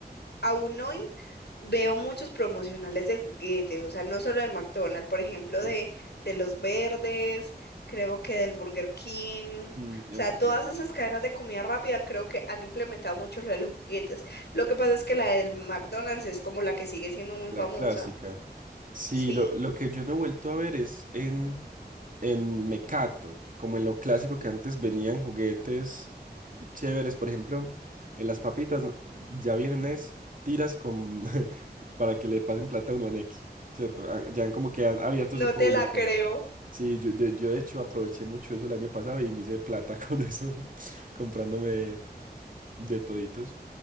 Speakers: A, on the left (about 75°); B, on the right (about 50°).
A: aún hoy Veo muchos promocionales de juguetes, o sea, no solo de McDonald's, por ejemplo,
B: Sí.
A: de, de los verdes, creo que del Burger King, o
B: Mm,
A: sea,
B: ok.
A: todas esas cadenas de comida rápida creo que han implementado mucho lo de los juguetes. Lo que pasa es que la del McDonald's es como la que sigue siendo muy
B: La
A: famosa.
B: clásica. Sí,
A: Sí,
B: lo, lo que yo no he vuelto a ver es en, en Mecato, como en lo clásico que antes venían juguetes chéveres, por ejemplo, en las papitas ya vienen es tiras con <laughs> para que le pasen plata a uno a Nequi, ¿cierto? Ah, Ya han como que han abierto
A: no
B: su público.
A: te la creo.
B: Sí, yo, de- yo de hecho aproveché mucho eso el año pasado y me hice plata con eso, <laughs> comprándome de toditos.